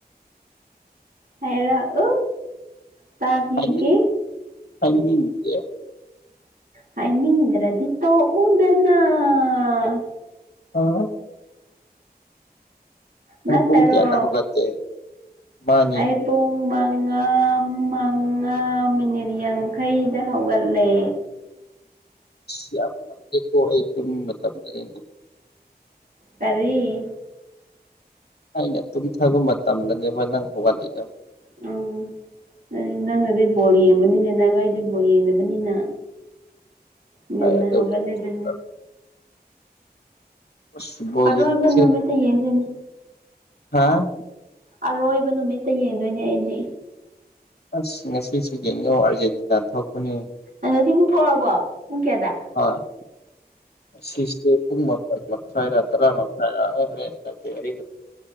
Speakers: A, on the right; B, on the left.
A: ꯍꯥꯏꯔꯛꯎ ꯇꯥꯕꯤꯒꯦ
B: ꯍꯥꯏꯅꯤꯡ ꯍꯥꯏꯅꯤꯡꯗꯦ
A: ꯍꯥꯢꯅꯤꯡꯗ꯭ꯔꯗꯤ ꯇꯣꯛꯎꯅꯦ ꯅꯪ
B: ꯍꯣꯢ
A: ꯅꯠꯇꯔꯣ
B: ꯅꯪ ꯄꯨꯡ ꯀꯌꯥꯗ ꯍꯧꯒꯠꯀꯦ ꯃꯥꯅꯤ
A: ꯑꯩ ꯄꯨꯡ ꯃꯉꯥ ꯃꯉꯥ ꯃꯤꯅꯤꯠ ꯌꯥꯡꯈꯩꯗ ꯍꯧꯒꯠꯂꯦ
B: ꯑꯁ ꯌꯥꯝ ꯉꯜꯂꯤꯀꯣ ꯑꯩ ꯇꯨꯝ ꯃꯇꯝꯗꯅꯦ
A: ꯀꯔꯤ
B: ꯑꯩꯅ ꯇꯨꯝꯊꯕ ꯃꯇꯝꯗꯅꯦꯕ ꯅꯪ ꯍꯧꯒꯠꯂꯤꯗꯣ
A: ꯎꯝ ꯎꯝ ꯅꯪꯅꯗꯤ ꯕꯣꯜ ꯌꯦꯡꯕꯅꯤꯅꯦ ꯅꯒ ꯑꯩꯗꯤ ꯕꯣꯜ ꯌꯦꯡꯗꯕꯅꯤꯅ ꯉꯜꯅ
B: ꯍꯣꯏ ꯑꯗꯨꯕꯨꯗꯤ
A: ꯍꯩꯒꯛꯂꯦꯗꯅ
B: ꯆꯨꯝꯕ ꯑꯁ ꯕꯣꯜ
A: ꯑꯗꯣ
B: ꯌꯦꯡꯕꯁꯦ
A: ꯑꯔꯣꯢꯕ ꯅꯨꯃꯤꯠꯇ ꯌꯦꯡꯗꯣꯢꯅꯤ
B: ꯍꯥꯥ
A: ꯑꯔꯣꯏꯕ ꯅꯨꯃꯤꯠꯇ ꯌꯦꯡꯗꯣꯏꯅꯦ ꯑꯩꯗꯤ
B: ꯑꯁ ꯉꯁꯤꯁꯨ ꯌꯦꯡꯉꯣ ꯑꯥꯔꯖꯦꯟꯇꯤꯅꯥ ꯊꯣꯛꯄꯅꯦ
A: ꯑꯥꯔꯖꯦꯟꯇꯤꯅꯥ ꯃꯨꯛ ꯊꯣꯛꯔꯛꯑꯕꯣ ꯄꯨꯡ ꯀꯌꯥꯗ
B: ꯍꯣꯏ ꯁꯤꯁꯇꯨ ꯄꯨꯡ ꯃꯥꯄꯜ ꯃꯈꯥꯏꯔ ꯇꯔꯥ ꯃꯈꯥꯏꯔ ꯍꯥꯏꯈ꯭ꯔꯦ